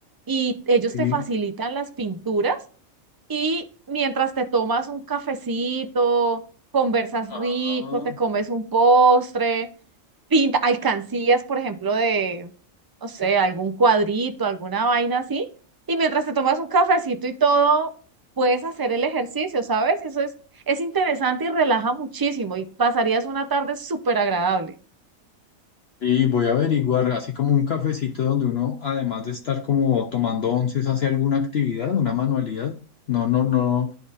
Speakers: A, on the right; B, on the left.
A: y ellos
B: Sí.
A: te facilitan las pinturas y mientras te tomas un cafecito, conversas
B: Ah,
A: rico, te comes un postre, pinta, alcancías, por ejemplo, de, no sé, algún cuadrito, alguna vaina así. Y mientras te tomas un cafecito y todo, puedes hacer el ejercicio, ¿sabes? Eso es, es interesante y relaja muchísimo y pasarías una tarde súper agradable.
B: y voy a averiguar, así como un cafecito donde uno, además de estar como tomando onces, hace alguna actividad, una manualidad. No, no, no,